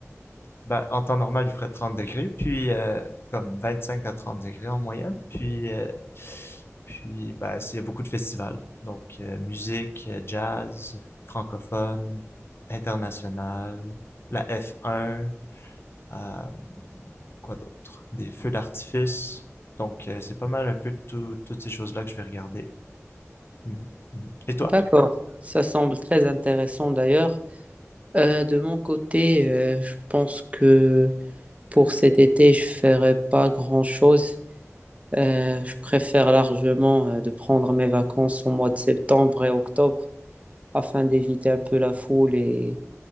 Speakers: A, on the left (about 50°); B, on the right (about 25°).
A: Ben, en temps normal, il ferait 30 degrés, puis euh, comme cinq à 30 degrés en moyenne. Puis, euh, puis ben, c'est- il y a beaucoup de festivals. Donc, euh, musique, euh, jazz, francophone, international, la F1, euh, quoi d'autre? Des feux d'artifice. Donc, euh, c'est pas mal un peu tout- toutes ces choses-là que je vais regarder. Mhm, mhm. Et toi?
B: D'accord, ça semble très intéressant d'ailleurs. Euh, de mon côté, euh, je pense que pour cet été, je ferai pas grand-chose. Euh, je préfère largement euh, de prendre mes vacances au mois de septembre et octobre. afin d'éviter un peu la foule et,